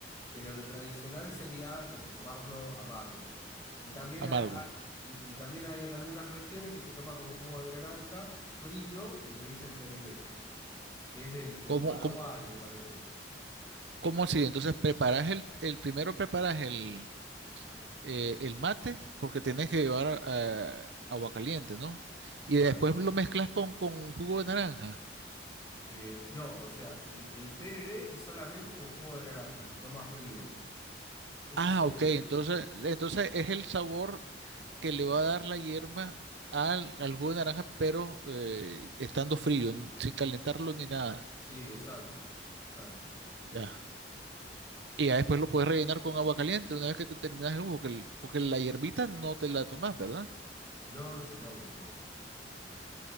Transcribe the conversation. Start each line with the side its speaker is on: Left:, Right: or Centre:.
Left: Pero lo tradicional sería como tomarlo amargo. Y también
Right: amargo.
Left: hay, ha- y, y también hay en algunas regiones que se toma con jugo de naranja frío y le dicen tereré, que es del, del
Right: ¿Cómo,
Left: Paraguay,
Right: cómo,
Left: me parece.
Right: cómo así? Entonces preparas el, el primero preparas el, eh, el mate porque tienes que llevar ah, agua caliente, ¿no? Y
Left: Claro.
Right: después lo mezclas con, con jugo de naranja.
Left: Eh, no, o sea, el, el tereré es solamente con jugo de naranja, se toma frío. Eso
Right: Ah,
Left: se...
Right: ok. Entonces, entonces es el sabor. que le va a dar la hierba al, al jugo de naranja, pero eh, estando frío, n- sin calentarlo ni nada.
Left: Sí, exacto, exacto, así
Right: Ya.
Left: es.
Right: Y ya después lo puedes rellenar con agua caliente una vez que te terminas el jugo, que el- porque la hierbita no te la tomas, ¿verdad?
Left: No, no se toma, no, no, no.